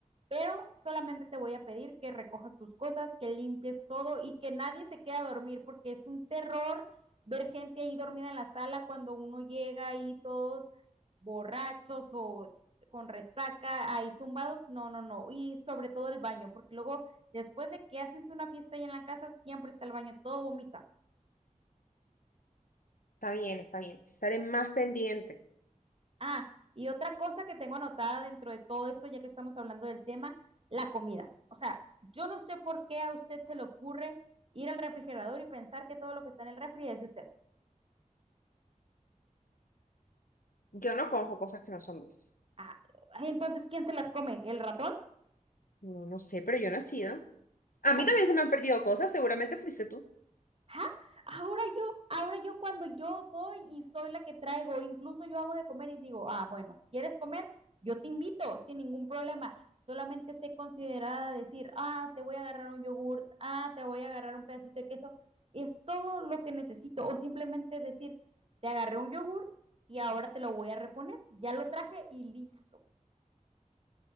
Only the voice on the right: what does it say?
pero solamente te voy a pedir que recojas tus cosas, que limpies todo y que nadie se quede a dormir, porque es un terror ver gente ahí dormida en la sala cuando uno llega ahí todos borrachos o con resaca, ahí tumbados. No, no, no. Y sobre todo el baño, porque luego después de que haces una fiesta ahí en la casa, siempre está el baño todo vomitado.
Ah, y otra cosa que tengo anotada dentro de todo esto, ya que estamos hablando del tema, la comida. O sea, yo no sé por qué a usted se le ocurre ir al refrigerador y pensar que todo lo que está en el refri es de usted.
Ah, entonces, ¿quién se las come? ¿El ratón?
Ah,
¿Ah? Ahora yo, ahora yo cuando yo voy y soy la que traigo, incluso yo hago de comer y digo, ah, bueno, ¿quieres comer? Yo te invito sin ningún problema. Solamente sé considerada decir, ah, te voy a agarrar un yogurt, ah, te voy a agarrar un pedacito de queso. Es todo lo que necesito. O simplemente decir, te agarré un yogurt y ahora te lo voy a reponer. Ya lo traje y listo.